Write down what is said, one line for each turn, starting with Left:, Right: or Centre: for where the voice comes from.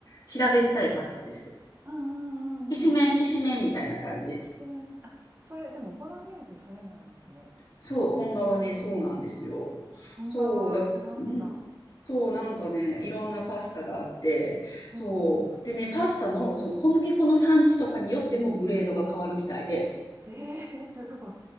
Left: 平べったいパスタです。
Right: うんうんうんうん。
Left: きしめん、きしめんみたいな感じ。
Right: きつめみたい。あ、それ、でも、ボロネーゼ、それなんですね。
Left: そう、本場はね、
Right: えー、
Left: そうなんですよ。
Right: 本場は違うんだ。
Left: そう、だ、うん。そう、なんかね、いろんなパスタがあって、そう。
Right: うんうん。
Left: でね、パスタのその小麦粉の産地とかによってもグレードが変わるみたいで、
Right: えー、すごい。